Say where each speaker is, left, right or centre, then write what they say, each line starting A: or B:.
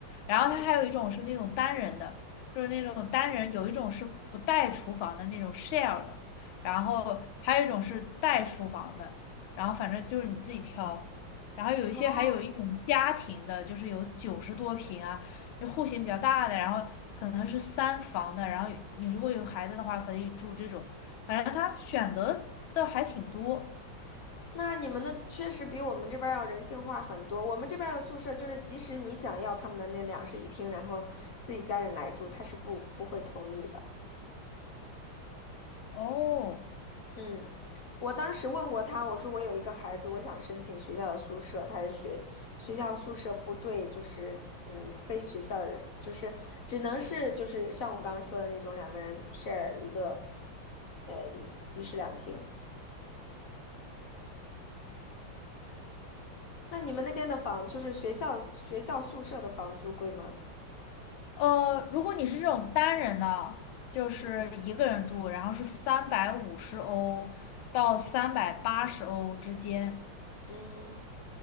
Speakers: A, on the left; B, on the left.
A: 然后他还有一种是那种单人的。
B: 嗯，
A: 就是那种单人，有一种是不带厨房的那种 share 的，然后还有一种是带厨房的，然后反正就是你自己挑。然后有一些还有一种家庭的，
B: 哦，
A: 就是有九十多平啊，就户型比较大的，然后可能是三房的，然后你如果有孩子的话，可以住这种。反正他选择的还挺多。
B: 那你们的确实比我们这边儿要人性化很多。我们这边儿的宿舍就是，即使你想要他们的那两室一厅，然后自己家人来住，他是不不会同意的。
A: 哦，
B: 嗯，我当时问过他，我说我有一个孩子，我想申请学校的宿舍，他是学学校宿舍不对，就是嗯，非学校的人，就是只能是就是像我刚刚说的那种两个人 share 一个，呃，一一室两厅。那你们那边的房，就是学校学校宿舍的房租贵吗？
A: 呃，如果你是这种单人的，就是一个人住，
B: 嗯
A: 然后是三百五十欧到三百八十欧之间。
B: 嗯，